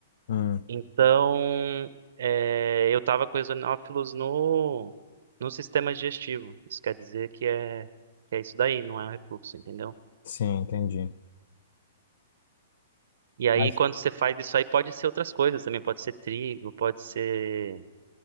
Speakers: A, on the left (about 55°); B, on the right (about 60°).
A: hum,
B: Então, é, eu tava com eosinófilos no, no sistema digestivo. Isso quer dizer que é, que é isso daí, não é um refluxo, entendeu?
A: sim, entendi.
B: E aí,
A: Mas,
B: quando você faz isso aí, pode ser outras coisas também. Pode ser trigo, pode ser